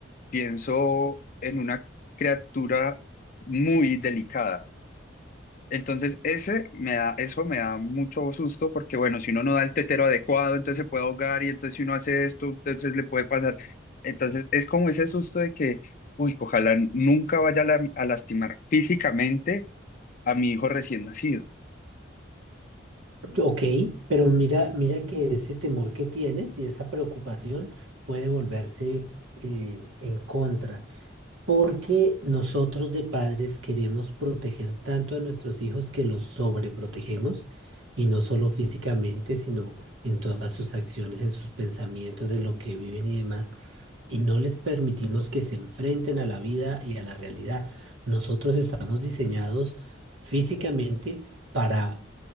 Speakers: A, on the left; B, on the right.
A: pienso en una criatura muy delicada. Entonces, ese me da, eso me da mucho susto porque, bueno, si uno no da el tetero adecuado, entonces se puede ahogar y entonces si uno hace esto, entonces le puede pasar. Entonces, es como ese susto de que, uy, ojalá nunca vaya a, la- a lastimar físicamente a mi hijo recién nacido.
B: Ok, pero mira, mira que ese temor que tienes y esa preocupación puede volverse eh, en contra. Porque nosotros de padres queremos proteger tanto a nuestros hijos que los sobreprotegemos, y no solo físicamente, sino en todas sus acciones, en sus pensamientos, en lo que viven y demás y no les permitimos que se enfrenten a la vida y a la realidad. Nosotros estamos diseñados físicamente para